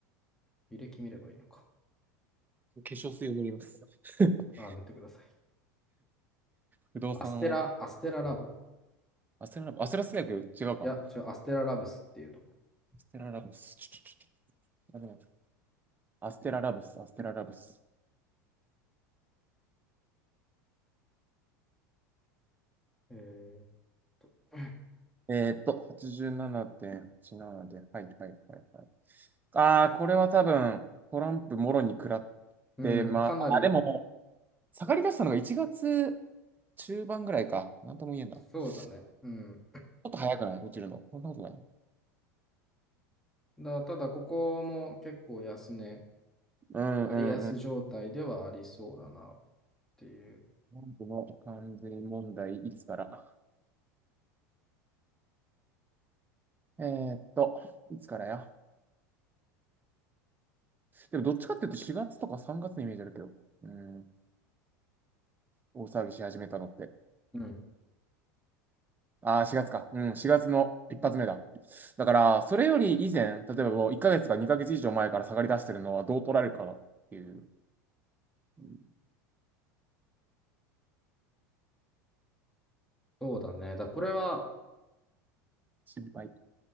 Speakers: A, in the centre; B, on the right.
A: 履歴見ればいいのか。
B: 化粧水を塗ります。<laughs>
A: ああ、塗ってください。
B: 不動産を。
A: アステラ、アステララボ。
B: アステララブス、アステラス薬違うか。
A: いや、違う、アステララブスっていうとこ
B: アステララブス、ちょちょちょちょ、アステララブス、アステララブス。
A: ろ。えーっと、
B: えーっと、87.87で、はいはいはいはい。ああ、これは多分、トランプもろに食らっ
A: うん、
B: てまあ、
A: かなり、
B: あでも、下がり出したのが1月中盤ぐらいか。なんとも言えんだち
A: そうだね。うん。
B: ょっと早くない落ちるの。そんなことない。
A: だ、ただ、ここも結構安値、
B: うんうんうん。
A: 割安状態ではありそうだなっ
B: ト
A: ていう。
B: ランプの関税問題、いつからえーっと、いつからや。でも、どっちかっていうと4月とか3月のイメージあるけど。うん大騒ぎし始めたのって。
A: うん、
B: ああ、4月か。うん、4月の一発目だ。だから、それより以前、例えばもう1ヶ月か2ヶ月以上前から下がり出してるのはどう取られるかなっていう、うん
A: そうだね。だ、これは、
B: 心配。